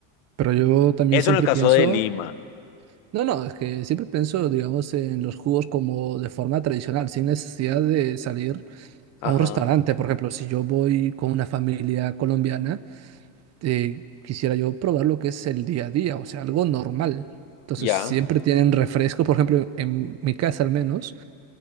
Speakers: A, on the right (about 40°); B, on the left (about 75°).
A: pero yo también
B: Eso
A: siempre
B: en el caso
A: pienso,
B: de Lima.
A: no, no, es que siempre pienso, digamos, en los jugos como de forma tradicional, sin necesidad de salir
B: Ajá,
A: a un restaurante. Por ejemplo, si yo voy con una familia colombiana, eh, quisiera yo probar lo que es el día a día, o sea, algo normal. Entonces,
B: ya.
A: siempre tienen refresco, por ejemplo, en mi casa al menos,